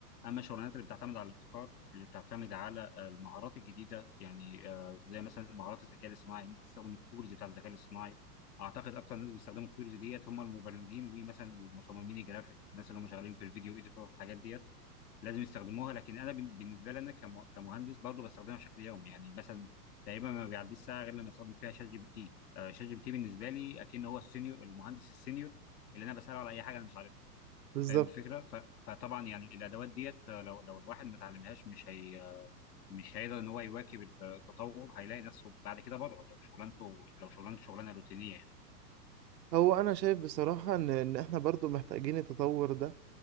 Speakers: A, on the left; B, on the right.
A: أما الشغلانات اللي بتعتمد على الابتكار اللي بتعتمد على المهارات الجديدة يعني آه، زي مثلا مهارات الذكاء الاصطناعي إن أنت تستخدم التولز بتاع الذكاء الاصطناعي أعتقد أكتر ناس بيستخدموا التولز ديت هم المبرمجين ومثلا المصممين الجرافيك الناس اللي هم شغالين في الفيديو إيديتور والحاجات ديت لازم يستخدموها لكن انا بن- بالنسبه لي انا كم- كمهندس برضه بستخدمها بشكل يومي يعني مثلا تقريبا ما بيعديش ساعه غير لما استخدم فيها شات جي بي تي آه، شات جي بي تي بالنسبه لي اكن هو السينيور المهندس السينيور اللي انا بساله على اي حاجه انا مش عارفها
B: بالظبط
A: فاهم الفكره ف... فطبعا يعني الادوات ديت آه، لو لو الواحد ما اتعلمهاش مش هي آه، مش هيقدر ان هو يواكب التطور هيلاقي نفسه بعد كده بره لو شغلانته لو شغلانته شغلانه روتينيه يعني
B: هو انا شايف بصراحة ان ان احنا برضو محتاجين التطور ده